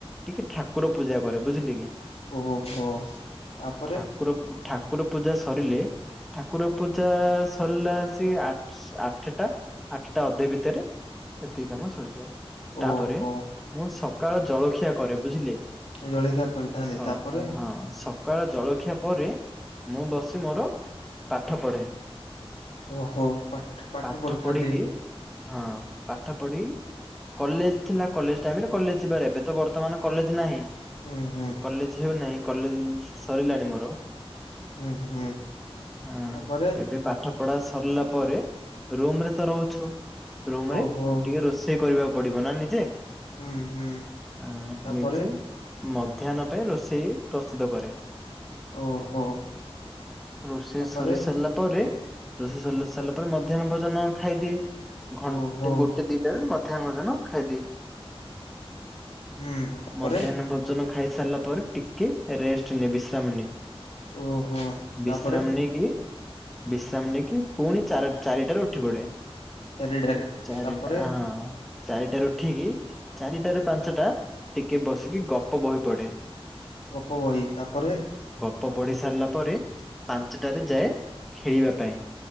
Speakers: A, in the centre; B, on the left.
A: ଟିକେ ଠାକୁର ପୂଜା କରେ। ବୁଝିଲେ କି?
B: ଓହୋ ତାପରେ
A: ଠାକୁର ଠାକୁର ପୂଜା ସରିଲେ। ଠାକୁର ପୂଜା ସରିଲା ଆସି ଆଠ ଆ ଆଠଟା ଆଠଟା ଅଧେ ଭିତରେ ଏତିକି କାମ ସରିଯାଏ ତାପରେ
B: ଓହୋ
A: ମୁଁ ସ ସକାଳ ଜଳଖିଆ କରେ ବୁଝିଲେ
B: ଜଳଖିଆ କରିଥାନ୍ତି
A: ସକାଳ
B: ତାପରେ
A: ହଁ ସ ସକାଳ ଜଳଖିଆ ପରେ ମୁଁ ବସି ମୋର ପାଠ ପଢ଼େ।
B: ଓହୋ। ପାଠ
A: ପାଠ
B: ପଢିଥାନ୍ତି
A: ପଢିକି ହଁ। ପାଠ ପଢି କଲେଜ ଥିଲା କଲେଜ ଟାଇମରେ କଲେଜ ଯିବାର ଏବେ ତ ବର୍ତମାନ କଲେଜ ନାହିଁ
B: ହୁଁ ହୁଁ
A: କଲେଜ ହେଉନାହିଁ କଲେଜ ସରିଲାଣି ମୋର।
B: ହୁଁ ହୁଁ
A: ହୁଁ
B: ତାପରେ
A: ଏବେ ପାଠ ପଢା ସରିଲା ପରେ। ରୁମରେ ତ ରହୁଛୁ ରୁମରେ
B: ଓହୋ
A: ଟିକେ ରୋଷେଇ କରିବାକୁ ପଡିବ ନା ନିଜେ।
B: ହୁଁ ହୁଁ
A: ହଁ
B: ତାପରେ
A: ନିଜେ। ମଧ୍ୟାହ୍ନ ପାଇଁ ରୋଷେଇ ପ୍ରସ୍ତୁତ କରେ।
B: ଓହୋ
A: ରୋଷେଇ
B: ତାପରେ
A: ସରି ସାରିଲା ପରେ ରୋଷେଇ ସ ସାରିଲା ପରେ ମଧ୍ୟାହ୍ନ ଭୋଜନ ଖାଇଦିଏ ଘଣ୍ଟେ
B: ଓହୋ
A: ଗୋଟେ ଦିଟାରେ ମଧ୍ୟାହ୍ନ ଭୋଜନ ଖାଇଦିଏ
B: ହୁଁ ତାପରେ
A: ମଧ୍ୟାହ୍ନ ଭୋଜନ ଖାଇସ ସାରିଲା ପରେ ଟିକେ ରେଷ୍ଟ ନିଏ ବିଶ୍ରାମ ନିଏ।
B: ଓହୋ ତାପରେ
A: ବିଶ୍ରାମ ନେଇକି ବିଶ୍ରାମ ନେଇକି ପୁଣି ଚାରି ଚାରି ଟାରୁ ଉଠି ପଡେ
B: ଚାରିଟାରେ
A: ଚାରି
B: ତାପରେ
A: ଟା ହଁ ଚାରିଟାରୁ ଉଠିକି ଚାରିଟାରୁ ପାଞ୍ଚଟା ଟିକେ ବସିକି ଗପ ବହି ପଡେ।
B: ଗପ ବହି ତାପରେ
A: ଗପ ପଢି ସାରିଲା ପରେ ପାଞ୍ଚଟାରେ ଯାଏ ଖେଳିବା ପାଇଁ।